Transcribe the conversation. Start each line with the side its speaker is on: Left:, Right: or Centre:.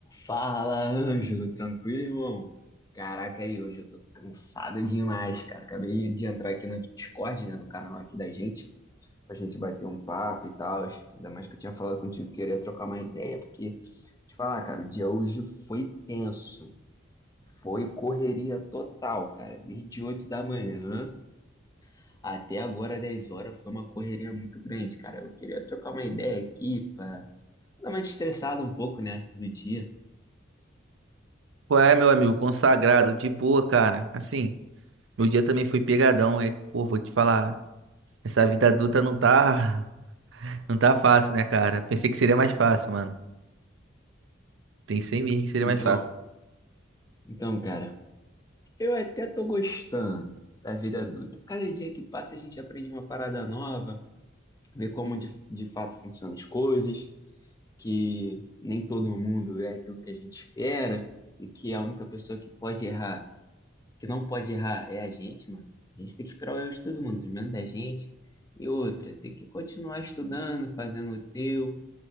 Left: Fala, Ângelo, tranquilo, irmão? Caraca, aí hoje eu tô cansado demais, cara. Acabei de entrar aqui no Discord, né, no canal aqui da gente, pra gente bater um papo e tal. Ainda mais que eu tinha falado contigo que queria trocar uma ideia, porque, te falar, cara, o dia hoje foi tenso. Foi correria total, cara. Desde 8 da manhã até agora 10 horas foi uma correria muito grande, cara. Eu queria trocar uma ideia aqui pra dar uma estressada um pouco, né, do dia.
Right: Qual é, meu amigo? Consagrado, de boa, cara. Assim, meu dia também foi pegadão. É, pô, vou te falar, essa vida adulta não tá, <laughs> não tá fácil, né, cara? Pensei que seria mais fácil, mano. Pensei mesmo que seria
Left: Então,
Right: mais fácil.
Left: então, cara. Eu até tô gostando da vida adulta. Cada dia que passa, a gente aprende uma parada nova, vê como de, de fato funcionam as coisas, que nem todo mundo é aquilo que a gente espera e que a única pessoa que pode errar, que não pode errar, é a gente, mano. A gente tem que esperar o erro de todo mundo, menos da gente. E outra, tem que continuar estudando, fazendo o teu,